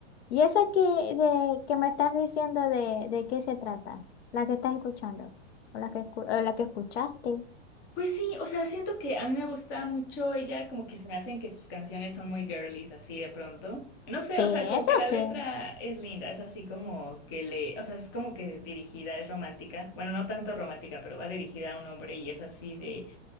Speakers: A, on the left; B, on the left.
A: ¿Y esa que, de, que me estás diciendo de, de qué se trata? ¿La que estás escuchando? ¿O la que, escu- o la que escuchaste?
B: Pues sí, o sea, siento que a mí me gusta mucho ella, como que se me hacen que sus canciones son muy girlies, así de pronto. No sé,
A: Sí,
B: o sea, como
A: eso
B: que la
A: sí.
B: letra es linda, es así como que le, o sea, es como que dirigida, es romántica. Bueno, no tanto romántica, pero va dirigida a un hombre y es así de...